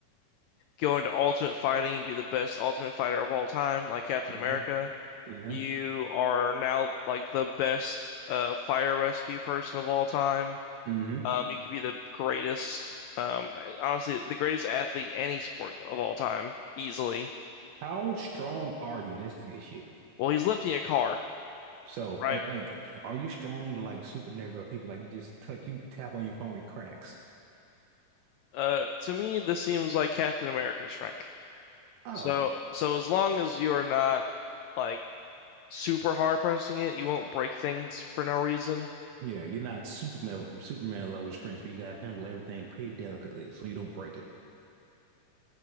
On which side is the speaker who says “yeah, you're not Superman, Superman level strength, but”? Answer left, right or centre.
Right